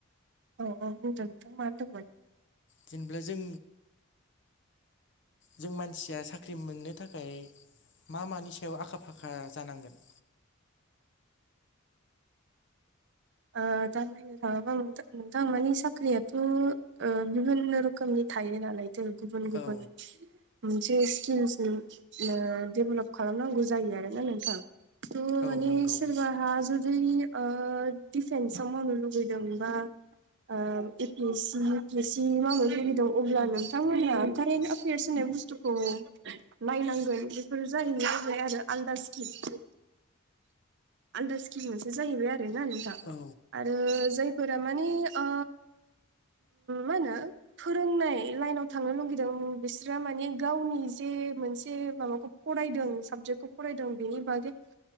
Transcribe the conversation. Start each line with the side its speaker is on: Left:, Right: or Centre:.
Right: औ औ बुंदों नोंथां मा होनदोंमोन?
Left: जेनेल्बा जों जों मानसिया साख्रि मोननो थाखाय मा मानि सायाव आखा फाखा जानांगोन
Right: ओ जानाय बुंनो थाङोबा नोंथां नोंथां मानि साख्रियाथ' ओ बिभिननो रोखोमनि थायो नालाय औ गुबुन गुबुन
Left: औ
Right: मोनसे स्किल्सनि ओ डेभेलप खालामनांगौ जायो आरोना नोंथां। त माने
Left: औ नंगौ
Right: सोरबाहा जुदि ओ दिफेन्सआव मावनो लुबैदोंबा ओ A P S C U P S C मावनो लुबैदों अब्ला नोंथांमोनहा कारेन्ट एफेयार्स होननाय बुस्थुखौ नायनांगोन बेफोर जाहैनाय जाय आरो आलदा स्किम। आलदा स्किम मोनसे जाहैबाय आरोना नोंथां।
Left: औ।
Right: आरो जायफोरा मानि ओ मा होनो फोरोंनाय लाइनाव थांनो लुगैदों बिसोरहा माने गावनि जे मोनसे माबाखौ फरायदों साबजेक्टखौ फरायदों बेनि बागै।